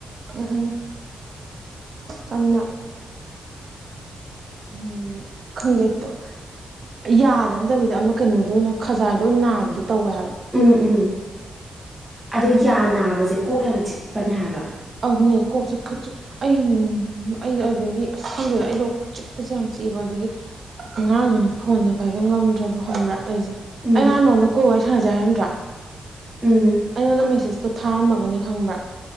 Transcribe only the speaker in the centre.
ꯎꯝ ꯎꯝ ꯑꯗꯣ ꯌꯥ ꯅꯥꯕꯁꯦ ꯀꯣꯛ ꯌꯥꯝ ꯆꯤꯛꯄꯅꯦ ꯍꯥꯏꯕ
ꯎꯝ
ꯎꯝ